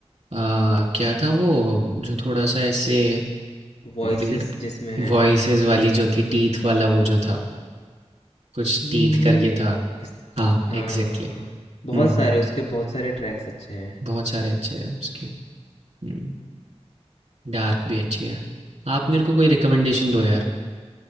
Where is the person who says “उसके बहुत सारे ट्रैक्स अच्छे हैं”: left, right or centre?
Left